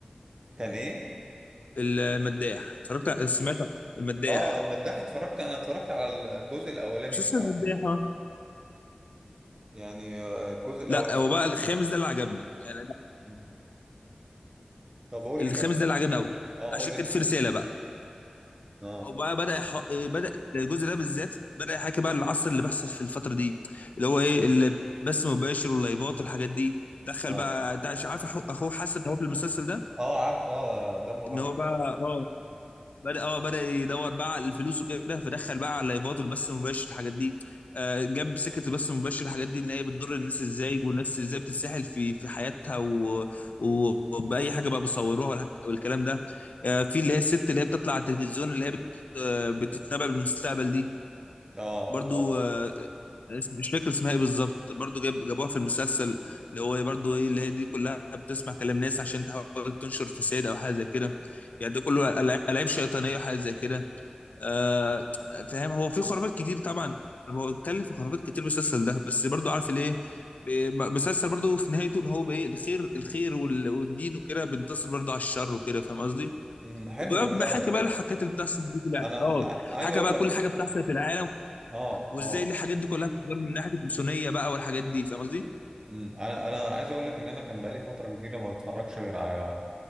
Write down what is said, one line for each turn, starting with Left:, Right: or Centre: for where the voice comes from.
Right: كان ايه
Left: المداح اتفرجت ع- سمعت عن المداح
Right: اه المداح اتفرجت انا اتفرجت على الجزء الاولاني
Left: مسلسل
Right: بتاعه
Left: المداح آه.
Right: يعني آه، الجزء الاولاني
Left: لا هو بقى الخامس ده اللي عجبني يعني
Right: مم. طب قول
Left: الخامس
Right: لي كان
Left: ده اللي
Right: بس
Left: عجبني قوي
Right: اه
Left: عشان
Right: قول لي
Left: كان
Right: الأحداث.
Left: في رساله بقى
Right: اه
Left: وبقى بدأ يح... إيه بدأ الجزء ده بالذات بدأ يحكي بقى العصر اللي بيحصل في الفترة دي اللي هو ايه اللي بث مباشر واللايفات والحاجات دي دخل
Right: اه
Left: بقى انت مش عارف أخو- اخوه حسن هو في المسلسل ده
Right: اه عارف اه دمه
Left: ان
Right: خفيف
Left: هو بقى
Right: قوي
Left: اه بدأ اه بدأ يدور بقى على الفلوس وكده فدخل بقى على اللايفات والبث المباشر الحاجات دي آه، جاب سكة البث المباشر الحاجات دي اللي هي بتضر الناس ازاي والناس ازاي بتتسحل في في حياتها و... و- وبأي حاجة بقى بيصوروها والحك- والكلام ده آه، في اللي هي الست اللي هي بتطلع على التلفزيون اللي هي بت... آه، بتتنبأ بالمستقبل دي
Right: اه
Left: برضو
Right: اه
Left: آه، مش فاكر اسمها ايه بالظبط برضو جاب جابوها في المسلسل اللي هو برضو ايه اللي هي دي كلها بتسمع كلام ناس عشان تحاول تنشر فساد او حاجه زي كده يعني ده كله ألع- ألعاب شيطانيه وحاجات زي كده آه فاهم هو في خرافات كتير طبعا هو اتكلم في خرافات كتير المسلسل ده بس برضو عارف ليه ب- مسلسل برضو في نهايته اللي هو بايه الخير الخير وال- والدين وكده بينتصر برضو على الشر وكده فاهم قصدي
Right: أمم، حلو
Left: وبحكي
Right: والله انا
Left: بقى الحاجات اللي بتحصل دي في الع-
Right: انا
Left: اه
Right: انا عايز
Left: حكى
Right: اقول
Left: بقى
Right: لك
Left: كل حاجه بتحصل في العالم
Right: اه
Left: وازاي
Right: اه
Left: الحاجات دي كلها بتدار من ناحيه الماسونيه بقى والحاجات دي فاهم قصدي
Right: أمم، انا انا عايز اقول لك ان انا كان بقالي فتره كبيره ما بتفرجش غير على